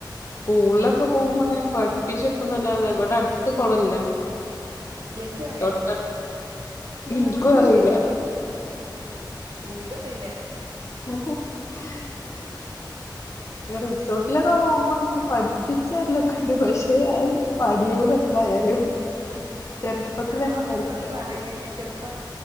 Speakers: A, on the left (about 40°); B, on the right (about 65°).
A: പൂളിലൊക്കെ പോകുമ്പോ അങ്ങനെ പ ടിപ്പിച്ചെടുക്കുന്നതല്ല ഇവിടെ അടുത്ത് കുളല്ല
B: ഇങ്ങക്ക് അറിയോ
A: തൊട്ട എനിക്കും അറിയില്ല
B: ഇനിക്കറല്ല
A: <inaudible> റിസോർട്ടില് പോകുമ്പോ അങ്ങനെ പഠിപ്പിച്ചരിലൊക്കെ ഉണ്ട് പക്ഷെ അത് പഠിയൂല എത്ര ആയാലും
B: <inaudible>
A: ചെറുപ്പത്തിലെന്നെ
B: നമ്മളൊക്കെ
A: പഠിക്കണല്ലേ
B: ഇത്ര പ്രായമായില്ല ചെറുപ്പ